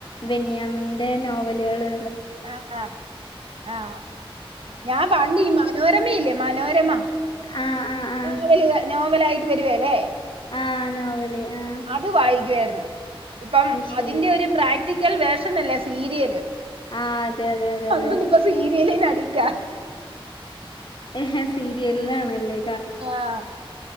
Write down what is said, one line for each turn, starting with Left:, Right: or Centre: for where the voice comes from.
Left: ബെന്യാമിന്റെ നോവലേള്
Right: ആഹ് ആഹ് ആഹ് ഞാൻ വണ്ടി മനോരമയില്ലെ മനോരമ
Left: ആ ആ ആ
Right: നോവല് നോവലിയിട്ട് വരുവേലെ
Left: ആഹ് നോവല് ആഹ്
Right: അത് വായിക്കുവായിരുന്നു. ഇപ്പം
Left: ശരി
Right: അതിന്റെ ഒരു പ്രാക്ടിക്കൽ വേർഷനല്ലെ സീരിയല്
Left: ആ അതെ അതെ അതെ
Right: അന്ന്ട്ട്പ്പൊ
Left: അതെ
Right: സീരിയലിന് അടിപ്റ്റ
Left: ഏഹ് സീരിയൽ ആണല്ലെ
Right: ആഹ്